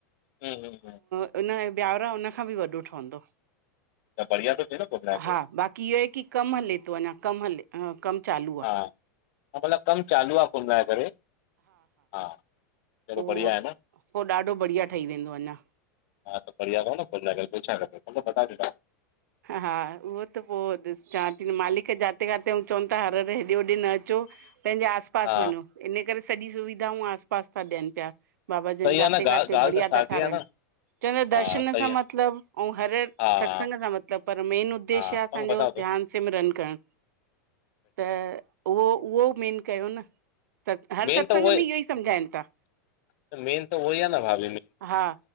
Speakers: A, on the left; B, on the right.
A: हा हा हा,
B: हुन ब्यावरा हुन खां बि वॾो ठहंदो
A: त बढ़िया थो थिए न कुल मिलाए
B: हा
A: करे
B: बाक़ी इहो आए की कम हले तो अञा कम हले अ कम चालू
A: हा
B: आ।
A: हा मतलब कम चालू आ कुल मिलाये करे हा। चलो
B: पो
A: बढ़िया आहे न
B: पो ॾाढो बढ़िया ठही वेंदो अञा।
A: हा त बढ़िया तव न कुल मिलाये करे बियो छा खपे, <unintelligible>
B: हा उहो त पो ॾिस चावा ती मालिक जाथे काथे ऐं चवन था हर हर हेॾे होॾे न अचो। पेंजे आस पास
A: हा
B: वञो इन करे सॼी सुविधाऊं आस पास ता ॾियन पया। बाबा
A: सही
B: जन
A: आहे
B: जाते
A: न ॻाल्हि
B: काथे
A: ॻाल्हि
B: बढ़िया
A: त साॻी
B: था ठारहन।
A: आहे न
B: चवंदा आए दर्शन
A: हा सही
B: सां
A: आहे
B: मतलब आऊं हर
A: हा
B: सत्संग सां मतलब पर मेन उ्देश्य
A: हा
B: आ असांजो
A: पंग बताओ तो
B: ध्यान न सिमरन करण त उहो उहो मेन कयो न। सत हर
A: मेन
B: सत्संग
A: उहो
B: में इहो ई सम्झाइन ता।
A: त मेन त उहो ही आ न भा
B: हा